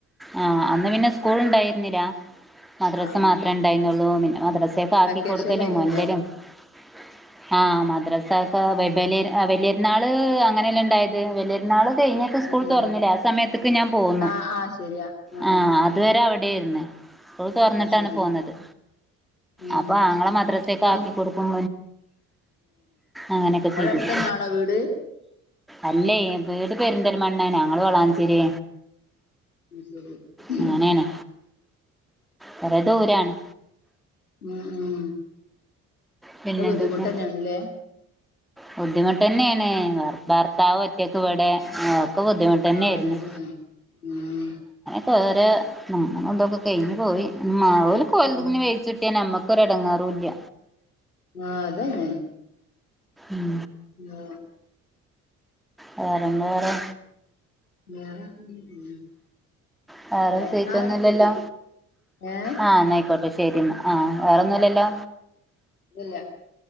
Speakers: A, in the centre; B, on the left.
A: ആ അന്ന് പിന്നെ സ്കൂൾ ഉണ്ടായിരുന്നില്ല മദ്രസ
B: ആ ആ
A: മാത്രമേ ഉണ്ടായിരുന്നുള്ളൂ മദ്രസൊക്കെ ആക്കി
B: വെക്കേഷനിലായിരിക്കും
A: കൊടുക്കലും <unintelligible>
B: ല്ലേ
A: ആ മദ്രസക്കെ <unintelligible>
B: ഉം
A: വല വലിയ ഇന്നാൾ അങ്ങനെയല്ലാം ഉണ്ടായത് വലിയൊരുുന്നാൾ കഴിഞ്ഞക്ക് സ്കൂൾ
B: ഉം
A: തുറന്നില്ലേ ആ സമയത്ത് ഞാൻ പോന്നു
B: ആഹ് ആഹ് ശരിയാ ആഹ്
A: ആ അതുവരെ അവിടൊയിുന്ന സ്‌കൂൾ തുറന്നിട്ടാണ്
B: അത് ശരി
A: പോന്നുന്നത്
B: ഉം
A: അപ്പൊ ആങ്ങളെ മദ്രസേക്ക്
B: ഇപ്പം
A: ആക്കി കൊടുക്കും അങ്ങനെയൊക്കെ
B: അവിടെ
A: ചെയ്തിരുന്നു
B: അടുത്തന്നൊണോ വീട്
A: അല്ലേ വീട് പെരുന്തൽ മണ്ണണ് ഞങ്ങൾ വളാഞ്ചേ ശരി
B: അത് ശരി ഉം
A: അങ്ങനെ ണ് വറ ദൂരെയാണ്
B: മം ഉം
A: പിന്നെന്തൊക്കെ
B: ബുദ്ധിമുട്ടന്നേണല്ലേ
A: ബുദ്ധിമുട്ട് തന്നെയാണ് ഭർത്താവ് ഒറ്റൊക്കെ ഇവിടെ ഒക്കെ ബുദ്ധിമുട്ട് തന്നെയായിരുന്നു
B: ആ അതന്ന ഉം
A: വേറെ നങ്ങനെ എന്തൊക്കെ കഴിഞ്ഞ് പോയി മാവര് കൊലത്ത്ന്ന്
B: ഉം
A: വേിച്ചുട്ടിയ നമ്മക്ക് ഒരെടങ്ങേറൂല്ല്യ.
B: ആഹ് അതന്നെ
A: ഉം
B: ആഹ്
A: വേറെന്താവേറെ
B: <unintelligible>
A: വേറെ
B: ആ,
A: പ്രത്യേകിച്ചോന്നുല്ലല്ലൊ.
B: എന്നാ ശരി ഏഹ്
A: ആഹ് ന്നാ ആയിക്കോട്ടെ ശരിന്ന ആ വേറെൊന്നുല്ലല്ലോ
B: ഇല്ല